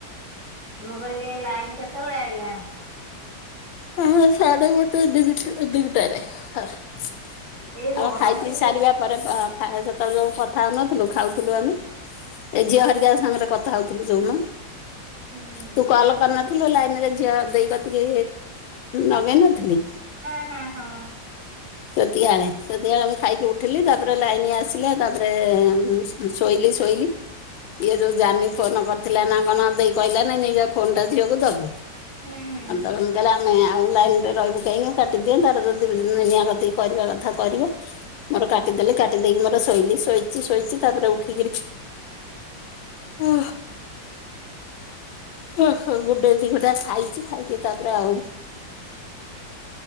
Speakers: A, on the right; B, on the left.
A: ମୁଁ କହିଲି ଲାଇନ୍ କେତେବେଳେ ଆଇଲା?
B: ହଁ ସାଡେ ଗୋଟେ ଦିଗ ଦିଟାରେ। ଆମେ
A: ଏଇ ଗରମରେ
B: ଖାଇପି
A: କେମିତି
B: ସାରିବା ପରେ ଆଁ ଖା ସେତେବେଳେ ଯୋଉ କଥା ହଉନଥିଲୁ ଖାଉ ଥିଲ ଆମେ ଏ ଝିଅ ହେରିକା ସାଙ୍ଗରେ କଥା ହଉଥିଲୁ ଯୋଉ ମ
A: ହଁ
B: ତୁ କଲ୍ କରିନଥିଲୁ ଲାଇନ ରେ ଝିଅ ଦେଇ କତିକି ନଗେଇ ନଥିଲି?
A: ହଁ ହଁ ହଁ।
B: ସେତିକା ଆଳେ ସେତିକି ବଳେ ମୁଁ ଖାଇକି ଉଠିଲି ତାପରେ ଲାଇନ୍ ଆସିଲା ତାପରେ ଶୋଇଲି ସୋଇଲି ଇଏ ଯୋଉ ଜାନି ଫୋନ କରିଥିଲା ନା କଣ ଦେଇ କହିଲା ନାଇଁ ନେଇ ଫୋନ ଟା ଝିଅକୁ ଦବୁ?
A: ହୁଁ
B: <unintelligible> ଆଉ ଲାଇନ ରେ ରହିବୁ କାଇଁ କାଟିଦିଅ ତାର ଯଦି ନିଆ କତିକି କରିବା କଥା କରିବ ମୋର
A: ହୁଁ
B: କାଟିଦେଲି
A: ହୁଁ।
B: କାଟି ଦେଇକି ମୋର ଶୋଇଲି ଶୋଇଛି ଶୋଇଛି ତାପରେ ଉଠେଇକରି ଓ ହ ଗୁଣ୍ଡେ ଦି ଗୁଣ୍ଡା ଟା ଖାଇଛି ଖାଇକି ତାପରେ ଆଉ